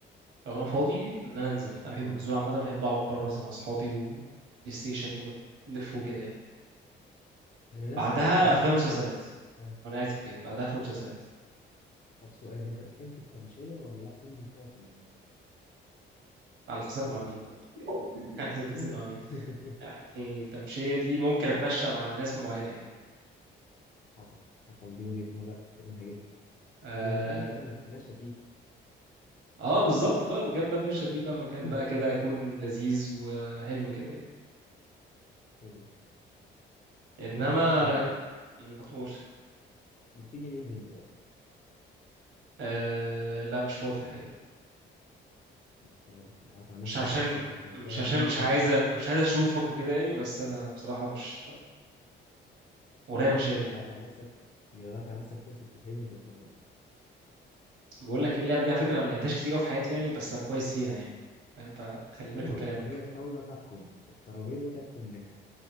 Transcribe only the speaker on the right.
لو انا فاضي ان انا انزل انا بحب
النزول عامة بحب اقعد بره مثلا مع اصحابي و بلاي ستيشن ونلف وكده يعني.
بعدها
افلام
ومسلسلات
وانا قاعد في البيت بعدها افلام ومسلسلات
على حسب مع مين <laughs> على حسب نازل
مع مين يعني التمشيه دي ممكن اتمشى مع ناس معينه يعني
اه,
آه بالظبط بقى مكان بقى اتمشى فيه بقى
مكان بقى كده يكون لذيذ وحلو كده يعني
انما
م، قول
آه لا مش فاضي الحقيقه
مش
عشان
مش عشان
مش
عايزه
مش عايزه اشوفك وكده يعني بس انا بصراحه مش ورايا مشاغل
بقول لك ايه اللعبه دي على فكره انا ما لعبتهاش كتير أوي في حياتي يعني بس انا كويس فيها يعني فاهم فخلي بالك
من كلامك